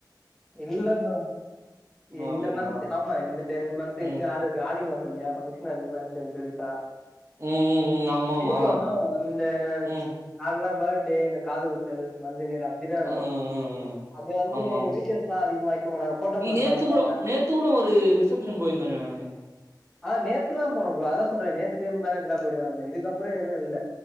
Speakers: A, in the centre; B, on the right.
A: இல்ல ப்ரோ
B: இன்னு
A: இந்த
B: வரலையா
A: மந்த் ஆமா இந்த ரெண்டு மந்த்துக்கு
B: ம்
A: ஆட்ரு இருக் ஆடி மாசோ இல்லயா ஃபங்க்ஷன் அதிகமா இருக்காது பெருசா
B: ம் ம் ம் ஆமாமா
A: இருக்கோ இந்த
B: ம்
A: நார்மலா பர்த்டே இந்த காது குத்தல் மஞ்சள் நீர் அப்டிதா இருக்கு
B: ம் ம் ம்
A: அது வந்து
B: ஆமா ஆமா
A: வீட்ட ட அதிகமா வைக்க மாட்டாங்க போட்டோ
B: இல்ல
A: மட்
B: நேத்து
A: தா வப்பாங்க
B: கூட நேத்து கூட ஒரு ரிசப்ஷன் போயிருந்தனே நானு
A: ஆ நேத்துல்லா போனு ப்ரோ அதா சொல்ற நேத்து முந்தா நேத்துல போயிட்டு தா வந்தே இதுக்கப்புற எதுவு இல்ல